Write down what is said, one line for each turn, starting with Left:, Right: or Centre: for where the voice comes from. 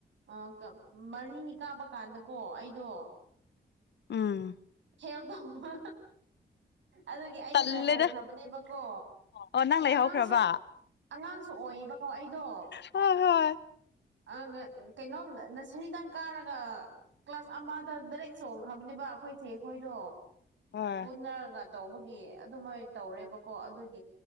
Right: ꯑ ꯃꯔꯤꯅꯤ ꯀꯥꯞꯄ ꯀꯥꯟꯗꯀꯣ ꯑꯩꯗꯣ
Left: ꯑꯝ
Right: ꯍꯦꯜ ꯇꯧꯕ ꯑꯗꯨꯒꯤ ꯑꯩꯩꯗꫭ
Left: ꯇꯜꯂꯦꯗ
Right: ꯂꯩꯍꯧꯈ꯭ꯔꯕꯅꯦꯕꯀꯣ
Left: ꯑꯣ ꯅꯪ ꯂꯩꯍꯧꯈ꯭ꯔꯕ
Right: ꯑꯉꯥꯡꯁꯨ ꯑꯉꯥꯡꯁꯨ ꯑꯣꯏꯕꯀꯣ ꯑꯩꯗꯣ
Left: ꯍꯣꯏ ꯍꯣꯏ
Right: ꯑ ꯀꯩꯅꯣꯝ ꯅꯁꯔꯤꯗꯪ ꯀꯥꯔꯒ ꯀ꯭ꯂꯥꯁ ꯑꯃ <unintelligible> ꯗꯥꯔꯦꯛ ꯆꯣꯡꯈ꯭ꯔꯕꯅꯦꯕ ꯑꯩꯈꯣꯏꯆꯦ ꯈꯣꯏꯗꯣ
Left: ꯍꯣꯏ
Right: ꯄꯨꯟꯅꯔꯒ ꯇꯧꯕꯒꯤ ꯑꯗꯨꯃꯣꯏ ꯇꯧꯔꯦꯕꯀꯣ ꯑꯗꯨꯗꯤ